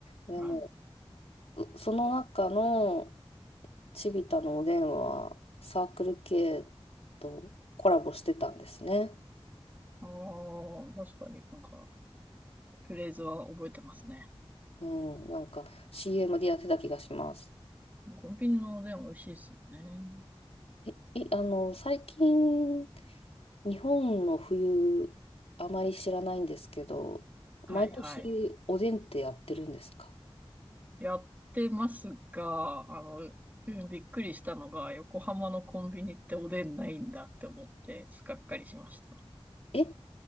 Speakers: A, on the left (about 80°); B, on the right (about 15°).
A: でも
B: はい。
A: うその中のチビタのおでんはサークル系とコラボしてたんですね。
B: ああ、確かになんか、フレーズは覚えてますね。
A: うん、なんか CM でやってた気がします。
B: コンビニのおでん美味しいですよね。
A: え、え、あの、最近日本の冬あまり知らないんですけど、
B: はいはい。
A: 毎年おでんってやってるんですか
B: やってますが、あの、うんびっくりしたのが、横浜のコンビニっておでんないんだって思って、がっかりしまし
A: え、